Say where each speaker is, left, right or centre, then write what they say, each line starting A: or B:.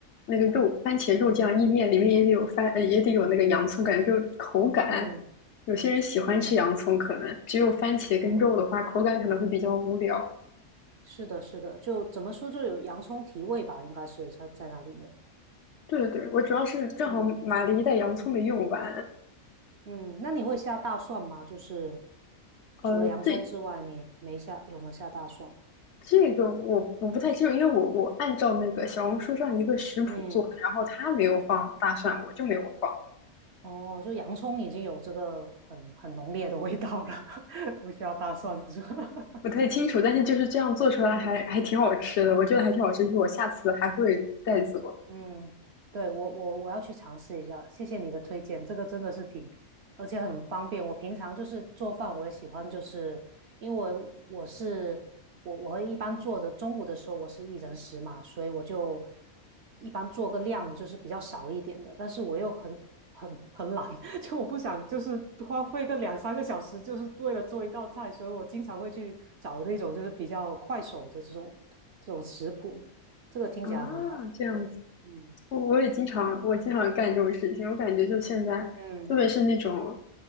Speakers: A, on the left; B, on the right.
A: 那个肉番茄肉酱意面里面也得有番呃也得有那个洋葱，感觉就口感。
B: 嗯
A: 有些人喜欢吃洋葱，
B: 嗯
A: 可能只有番茄跟肉的话，
B: 嗯。
A: 口感可能会比较无聊。
B: 是的，是的，就怎么说，就有洋葱提味吧，应该是它在那里面。
A: 对对对，我主要是正好买了一袋洋葱没用完。
B: 嗯嗯，那你会下大蒜吗？就是
A: 呃，
B: 除了洋葱之外，
A: 这
B: 你没下，有没有下大蒜？
A: 这个我我不太清楚，因为我我按照那个小红书上一个食谱做的，
B: 嗯，
A: 然后他没有放大蒜，我就没有放，
B: 哦，就洋葱已经有这个很很浓烈的味道了，<laughs> 不需要大蒜是吧？<laughs>
A: 不太清楚。但是就是这样做出来还还挺好吃的，
B: 嗯
A: 我觉得还挺好吃，就是我下次还会再做
B: 嗯，对，我我我要去尝试一下，谢谢你的推荐，这个真的是挺，而且很方便。我平常就是做饭，我也喜欢，就是因为我是我我会一般做的，中午的时候我是一人食嘛，所以我就一般做个量就是比较少一点的，但是我又很很很懒，<laughs> 就我不想就是花费个两三个小时，就是为了做一道菜，所以我经常会去找那种就是比较快手的这种这种食谱，这个听起来很好，
A: 啊。这样子，
B: 对。嗯
A: 我我也经常我经常干这种事情，我感觉就现在，
B: 嗯
A: 特别是那种